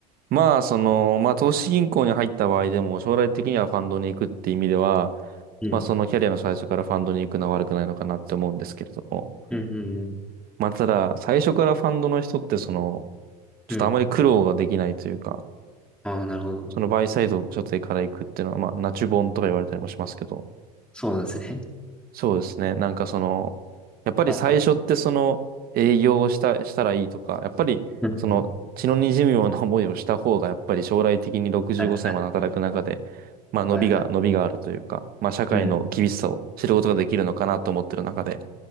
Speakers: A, on the right; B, in the centre.
A: まあ、その、まあ、投資銀行に入った場合でも、将来的にはファンドに行くって意味では、
B: うん。
A: まあ、そのキャリアの最初からファンドに行くのは悪くないのかなって思うんですけれども。
B: うんうん
A: まあ、ただ、最初からファンドの人って、その、ちょっとあまり苦労ができないというか、
B: うん。うん。ああ、なるほど。
A: そのバイサイド所定から行くっていうのは、まあ、ナチュボンとか言われたりもしますけど、
B: そうなんですね。
A: そうですね。なんかその、やっぱり最初ってその営業をした、
B: はいはい。
A: したらいいとか、やっぱりその血の滲むような思いをした方が、
B: うんうん。
A: やっぱり将来的に65歳まで働く中で、
B: はいは
A: まあ伸びが、
B: いはいはい。
A: 伸びがあるというか、まあ社会の厳しさを知ることができるのかなと思ってる中で、
B: うん。